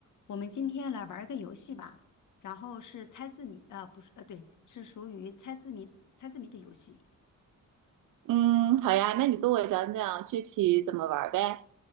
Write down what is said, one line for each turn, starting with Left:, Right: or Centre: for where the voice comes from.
Left: 我们今天来玩儿个游戏吧，然后是猜字谜，呃，不是，呃，对，是属于猜字谜、猜字谜的游戏。
Right: 嗯，好呀，那你跟我讲讲具体怎么玩儿呗？